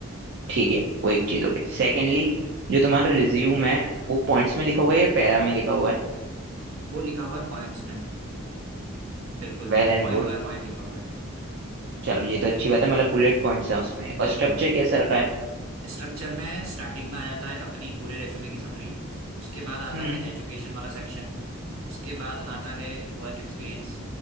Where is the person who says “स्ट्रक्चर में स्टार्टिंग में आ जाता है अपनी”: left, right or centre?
Right